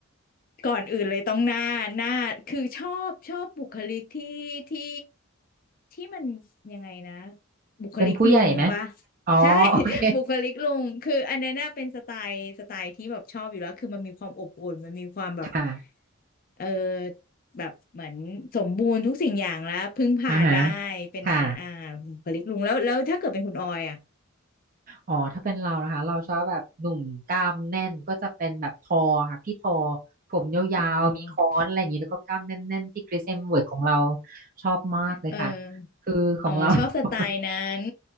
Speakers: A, on the left; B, on the right.
A: ก่อนอื่นเลยต้องหน้าหน้าคือชอบชอบบุคลิกที่ที่ที่มันยังไงนะบุคลิกลุงปะ
B: เป็นผู้ใหญ่ไหม อ๋อ
A: ใช่
B: โอเค
A: <laughs> บุคลิกลุงคืออันนั้นน่ะเป็นสไตล์สไตล์ที่แบบชอบอยู่แล้วคือมันมีความอบอุ่นมันมีความแบบ
B: ค่ะ
A: เออแบบเหมือนสมบูรณ์ทุกสิ่งอย่างแล้วพึ่งพาได้
B: อ่าฮะ
A: เป็นอ่าอ่าบุคลิกลุงแล้วแล้วถ้าเกิดเป็นคุณออยอ่ะ
B: ค่ะ อ๋อถ้าเป็นเรานะคะเราชอบแบบหนุ่มกล้ามแน่นก็จะเป็นแบบทอค่ะพี่ทอผมยาวๆมีค้อนอะไรอย่างนี้แล้วก็กล้ามแน่นๆที่คริสเอ็มเวิร์ดของเรา
A: อ๋อ
B: ชอบมากเลยค่ะ
A: เออ
B: คือของเรา
A: อ๋อชอบสไตล์นั้น
B: <laughs>